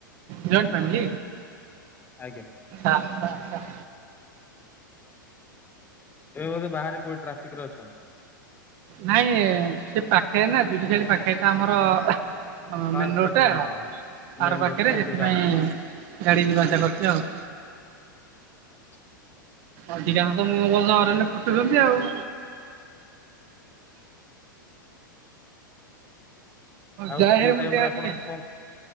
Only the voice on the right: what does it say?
ଜଏଣ୍ଟ ଫ୍ୟାମିଲି
ଆଚଛା ଆଚଛା
ନାଇଁ ସେ ପାଖେ ନା ଜୁଡି ପାଖେଟା ଆମର ହ
ମନ ରୋଡ଼ଟା
ଆାର
ପାଖରେ
ସେଥିପାଇଁ
ଗାଡି ଯିବା ଆସିବା କରଛି ଆଉ
ଅଧିକା ତ ମ ବଜ ଘର ଫୁଟୁଛନ୍ତି ଆଉ
ଯାଇ
ହେ
ମୁତି
ଟିକ